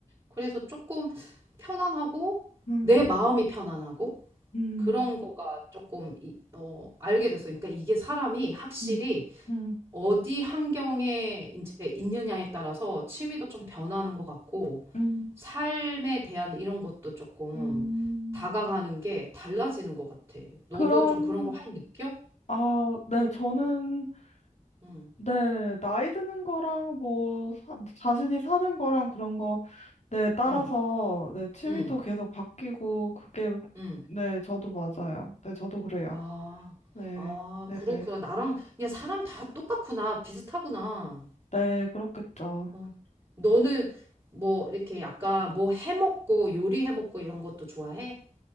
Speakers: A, on the right; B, on the left.
A: 그래서 조금 편안하고
B: 음.
A: 내 마음이 편안하고
B: 음.
A: 그런 거가 조금 이- 어, 알게 됐어. 그러니까 이게 사람이 확실히
B: 음. 음.
A: 어디 환경에 이제 있느냐에 따라서 취미도 좀 변하는 것 같고
B: 음.
A: 삶에 대한 이런 것도 조금
B: 음.
A: 다가가는 게 달라지는 것 같아. 너도
B: 그럼
A: 좀 그런 거 확 느껴?
B: 아, 네, 저는,
A: 응,
B: 네, 나이 드는 거랑 뭐, 사- 자신이 사는 거랑 그런 거, 네, 따라서,
A: 응,
B: 네, 취미도
A: 응,
B: 계속 바뀌고, 그게,
A: 응.
B: 네, 저도 맞아요. 네, 저도 그래요.
A: 아,
B: 네,
A: 아,
B: 네네.
A: 그렇구나.
B: 네,
A: 나랑 그냥 사람 다 똑같구나. 비슷하구나.
B: 네, 그렇겠죠.
A: 어. 너는 뭐 이렇게 약간 뭐 해먹고 요리해먹고 이런 것도 좋아해?